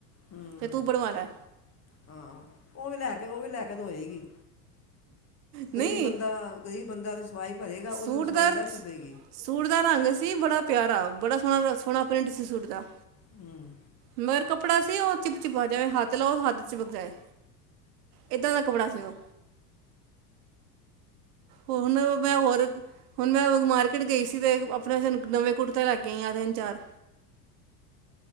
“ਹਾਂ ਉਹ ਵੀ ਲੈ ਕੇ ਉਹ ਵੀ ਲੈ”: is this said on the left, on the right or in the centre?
Left